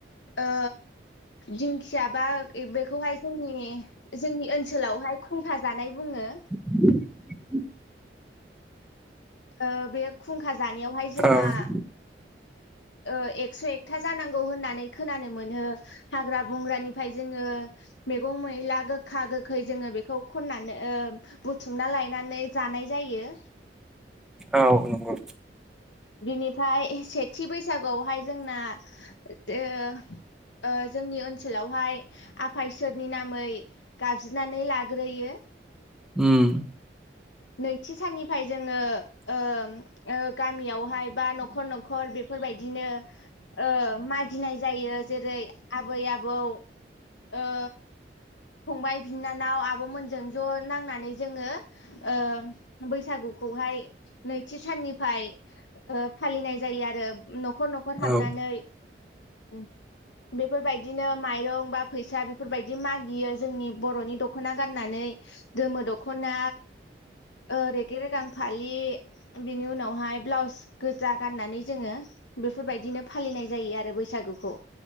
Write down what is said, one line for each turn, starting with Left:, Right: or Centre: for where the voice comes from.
Left: ओ। दिंखिया बा ए बेखौहाय जोंनि जोंनि ओनसोलावहाय खुंखा। जानाय बुङो।
Centre: <inaudible>
Left: ओ‌ बे खुंखा। जानायावहाय जोंहा।
Centre: औ
Left: ओ एक्स एकथा जानांगौ होननानै खोनानो मोनो हाग्रा बंग्रानिफ्राय जोङो मैगं मैला गोखा गोखै जोङो बेखौ खननानै ओ बुथुमना लायनानै जानाय जायो।
Centre: औ नंगौ।
Left: बिनिफाय एस सेथि बैसागुआवहाय जोंना ओ ओ जोंनि ओनसोलावहाय आफा इसोरनि नामै गाबज्रिनानै लाग्रोयो।
Centre: उम।
Left: नैथि साननिफ्राय जोङो ओम ओ गामियावहाय बा नखर नखर बेफोरबायदिनो ओ मागिनाय जायो जेरै आबै आबौ ओ। फंबाय बिनानाव आबमोनजों ज नांनानै जोङो ओ बैसागुखौहाय नैथि साननिफाय ओ फालिनाय जायो आरो उम। खर नखर हाबनानै।
Centre: औ
Left: उम बेफोरबायदिनो माइरं बा फैसा बेफोरबायदि माग बियो जोंनि बरनि दखना गाननानै गोमो दखना ओ रेगे रेगां फालि बिनि उनावहाय ब्लाउस गोजा गाननानै जोङो बेफोरबायदिनो फालिनाय जायो आरो बैसागुखौ।